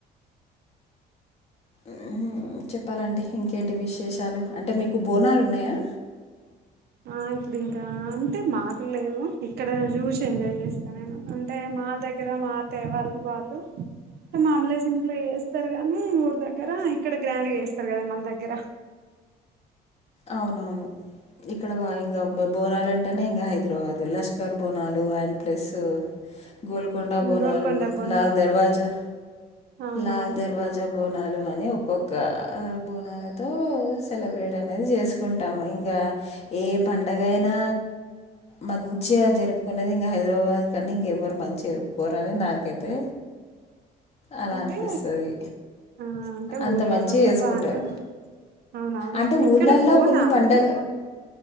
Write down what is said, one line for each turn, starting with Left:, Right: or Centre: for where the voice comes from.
Left: ఉమ్ చెప్పాలండి ఇంకేంటి విశేషాలు అంటే మీకు బోనాలు ఉన్నాయా?
Right: ఆ ఇప్పుడు ఇంకా అంటే మాకు లేవు ఇక్కడ చూసి ఎంజాయ్ చేస్తా నేను అంటే మా దగ్గర మా త్తయ్య వాళ్ళు వాళ్ళు మాములే సింపులుగా చేస్తారు గాని ఊరు దగ్గర ఇప్ ఇక్కడ గ్రాండ్గా చేస్తారు కదా మన దగ్గర
Left: అవునవును ఇక్కడ వా ఇంగాబ్బబ్ బోనాలు అంటేనే ఇంగా హైదరాబాదు లష్కర్ బోనాలు అండ్ ప్లస్ గోల్కొండ బోనాలు
Right: గోల్కొండ బోనం
Left: లాల్ దర్వాజా
Right: అవునవును
Left: లాల్ దర్వాజా పజ బోనాలు అని ఒక్కొక్క అ బోనాలతో సెలబ్రేట్ అనేది చేసు కుంటాము ఇంకా ఏ పండగ ఇకైనా మంచిగా జరుపుకునేది ఇంగా హైదరాబాద్ కనీ ఇంక ఎవ్వరు మంచిగా కోరని నాకైతే అలా
Right: అంటే
Left: అనిపిస్తది
Right: ఆ అంటే
Left: అంత
Right: ఊర్లలో
Left: మంచిగా
Right: కూడా
Left: ఏసుకుంటారు
Right: బానే ఉంటాయి అవునవును
Left: అంటే
Right: ఇక్కడ
Left: ఊళ్ళల్లో
Right: బోనాలు
Left: కొన్ని పండగ